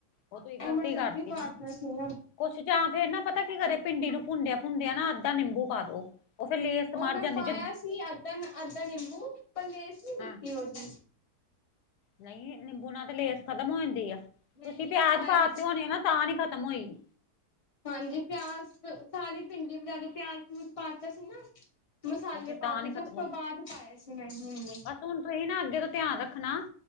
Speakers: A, on the left (about 75°); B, on the left (about 30°).
A: ਉਹ ਤੂੰ ਗ਼ਲਤੀ
B: ਮੈਂ ਜਲਦੀ
A: ਕਰਤੀ
B: ਪਾਤਾ
A: ਨਾ।
B: ਸੀਗਾ
A: ਕੁਛ ਜਾਂ ਫੇਰ ਨਾ ਪਤਾ ਕੀ ਕਦੇ ਪਿੰਡੀ ਨੂੰ ਭੁੰਦਿਆ ਭੁੰਦਿਆਂ ਨਾ ਅੱਧਾ ਨਿੰਬੂ ਪਾ ਦੋ। ਉਹ ਫੇਰ ਲੇਸ
B: ਉਹ
A: ਮਰ
B: ਮੈਂ
A: ਜਾਂਦੀ
B: ਪਾਇਆ
A: ਜੇ
B: ਸੀ ਅੱਧਨ ਅੱਧ ਨਿੰਬੂ ਪਰਲੇਸ ਨ ਮਿੱਟੀ
A: ਹਾਂ
B: ਹੋ ਗਈ।
A: ਨਹੀਂ ਨਿੰਬੂ ਨਾਲ ਤਾਂ ਲੇਸ ਖ਼ਤਮ ਹੋ ਜਾਂਦੀ ਆ
B: ਨਹੀਂ
A: ਤੁਸੀਂ
B: ਨਹੀਂ
A: ਪਿਆਜ
B: ਮੈਂ ਪਾਇਆ
A: ਪਾਤੇ
B: ਸੀ
A: ਹੋਣੇ ਆ ਨਾ ਤਾਂ ਨੀ ਖ਼ਤਮ ਹੋਈ।
B: ਹਾਂਜੀ ਪਿਆਸ ਸਾਰੀ ਭਿੰਡੀ ਵੀ ਜ਼ਿਆਦਾ ਪਿਆਜ ਪਊਜ ਪਾਤਾ ਸੀ ਨਾ। ਮਸਾਲੇ
A: ਉਹ ਫਿਰ
B: ਪਾਤੇ
A: ਤਾਂ ਨੀ
B: ਸੀ
A: ਖਤਮ
B: ਉਸ ਤੋਂ
A: ਹੋਈ
B: ਬਾਅਦ ਪਾਏ ਸੀ ਮੈਂ ਹੁਣ।
A: ਬਸ ਹੁਣ ਤੁਸੀਂ ਨਾ ਅੱਗੇ ਤੋਂ ਧਿਆਨ ਰੱਖਣਾ